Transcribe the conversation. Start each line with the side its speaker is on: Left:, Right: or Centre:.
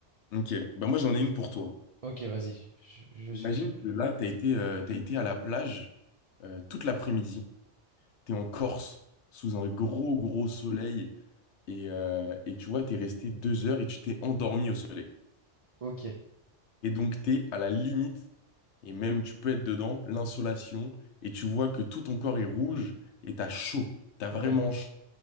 Left: Ok, ben moi j'en ai une pour toi.
Right: Ok, vas-y, je, je
Left: Imagine
Right: suis tout
Left: que là,
Right: oui.
Left: t'as été, euh, t'as été à la plage euh, toute l'après-midi, t'es en Corse, sous un gros gros soleil, et, euh, et tu vois, t'es resté deux heures et tu t'es endormi au soleil.
Right: Ok.
Left: Et donc, t'es à la limite, et même tu peux être dedans, l'insolation, et tu vois que tout ton corps est rouge, et t'as chaud. T'as
Right: Ouais.
Left: vraiment chaud.